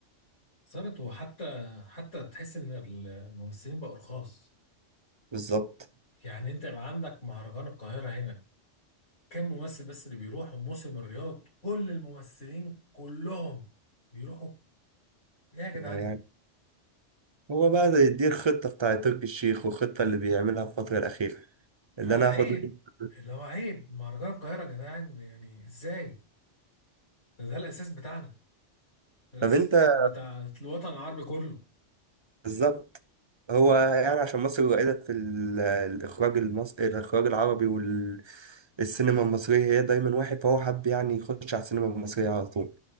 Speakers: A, on the left; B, on the right.
A: صارت وحتى حتى تحس ان الممثلين بقوا رخاص
B: بالظبط
A: يعني انت يبقى عندك مهرجان القاهرة هنا كم ممثل بس اللي بيروح وموسم الرياض كل الممثلين كلهم بيروحوا ايه يا جدعان
B: يعني
A: ده
B: هو بقى ده يديك خطة بتاع تركي الشيخ والخطة اللي بيعملها في الفترة الأخيرة اللي
A: على
B: أنا
A: عيب
B: هاخد منه
A: اللي هو عيب مهرجان القاهرة يا جدعان يعني ازاي ده, ده الاساس بتاعنا ده الاساس
B: طب أنت
A: كان بتاع الوطن العربي كله
B: بالظبط هو يعني عشان مصر قليلة في ال- الإخراج المصري الإخراج العربي والسينما المصرية هي دايما واحد فهو حب يعني يخش على السينما المصرية على طول